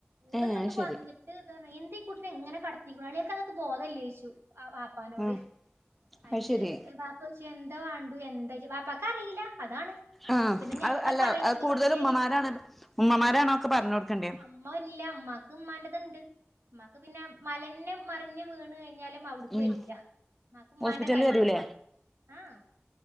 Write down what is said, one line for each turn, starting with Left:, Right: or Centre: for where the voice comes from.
Right: ഓള്
Centre: ഏഹ്
Right: ഇങ്ങോട്ട്
Centre: അത് ശരി
Right: വന്നിട്ട് എന്താ ഈ കുട്ടിനെ ഇങ്ങനെ കടത്തിയേക്കാണ് അളിയാക്ക ഇങ്ങക്ക് ബോധം ഇല്ലെന്ന്ചോയ്ച്ചു ആ വാപ്പനോട്
Centre: ആഹ് അത്
Right: അയില്
Centre: ശെരി
Right: വാപ്പ ചോയ് ച്ചു എന്താ വേണ്ടു എ വാപ്പാക്ക് അറിയില്ല അതാണ്
Centre: ആഹ്
Right: പിന്നെ ഞാനാ
Centre: അത് അല്ല
Right: പറയേണ്ടത്
Centre: അത് കൂടുതലും
Right: പക്ഷെ
Centre: ഉമ്മമാരാണ്
Right: എനിക്ക്
Centre: ഉമ്മമാരാണ്
Right: ആ
Centre: ഒക്കെ പറഞ്ഞ് കൊടുക്കണ്ടേ
Right: ഇമ്മ ഇല്ല ഇമ്മാക്ക് ഇമ്മാന്റത്ണ്ട് മ്മ ക്ക് പിന്നെ മലനെ മറിഞ്ഞും വീണ് കഴിഞ്ഞാല് അവിടക്ക്
Centre: ഉം
Right: വരൂല്ല മ്മാക്ക് ഉമ്മാന്റെ
Centre: ഹോസ്പിറ്റലിൽ
Right: കാര്യങ്ങൾ
Centre: വരൂലേ
Right: മാത്രം ആഹ്